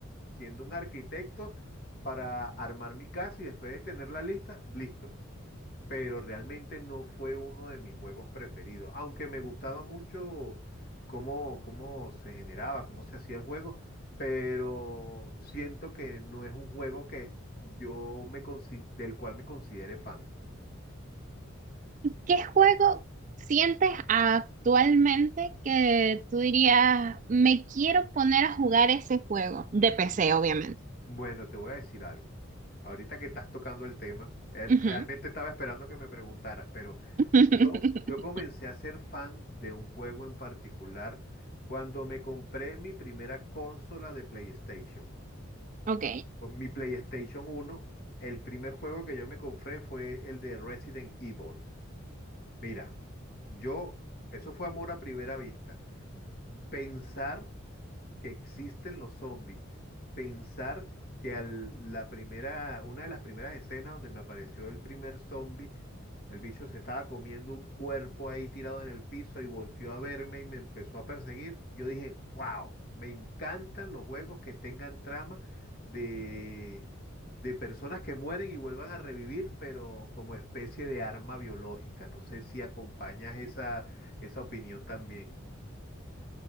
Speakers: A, on the left (about 50°); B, on the right (about 35°).
A: siendo un arquitecto para armar mi casa y después de tener la lista, listo. Pero realmente no fue uno de mis juegos preferidos, aunque me gustaba mucho cómo, cómo se generaba, cómo se hacía el juego, pero siento que no es un juego que yo me consi- del cual me considere fan.
B: ¿Qué juego sientes actualmente que tú dirías, me quiero poner a jugar ese juego? De PC, obviamente.
A: Bueno, te voy a decir algo. Ahorita que estás tocando el tema, eh,
B: Ujú.
A: realmente estaba esperando que me preguntaras, pero
B: <laughs>
A: yo, yo comencé a ser fan de un juego en particular cuando me compré mi primera consola de PlayStation.
B: Ok.
A: Con mi PlayStation uno, el primer juego que yo me compré fue el de Resident Evil. Mira, yo, eso fue amor a primera vista. Pensar que existen los zombies. Pensar que al- la primera, una de las primeras escenas donde me apareció el primer zombie, el bicho se estaba comiendo un cuerpo ahí tirado en el piso y volteó a verme y me empezó a perseguir. Yo dije, wow, me encantan los juegos que tengan trama de, de personas que mueren y vuelvan a revivir, pero como especie de arma biológica. No sé si acompañas esa, esa opinión también.